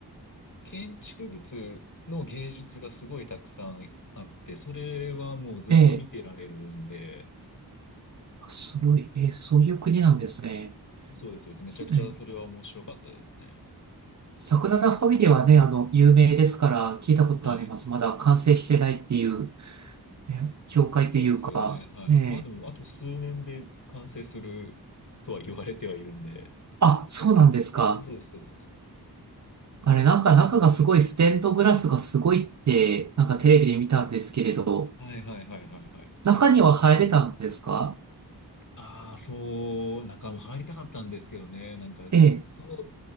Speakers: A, on the left (about 50°); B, on the right (about 45°).
A: 建築物の芸術がすごいたくさんあって、それはもうずっと見てられるんで、
B: ええあすごい。ええそういう国なんですね。
A: そうです、そうです。めちゃくちゃそれは面白かったですね。
B: すええサグラダ・ファミリアはね、あの、有名ですから聞いたことあります。
A: はい。
B: まだ完成してないっていう、ね教会というか、
A: そうっすよね。はい。
B: ええ
A: まあでも、あと数年で完成するとは言われてはいるんで。
B: あ、そうなんですか。
A: そうです、そうです。
B: あれ、なんか中がすごいステンドグラスがすごいって、なんかテレビで見たんですけれど、
A: はいはいはいはいはい。
B: 中には入れたんですか
A: ああ、そう、中も入りたかったんですけどね。なんか、
B: ええ、
A: その、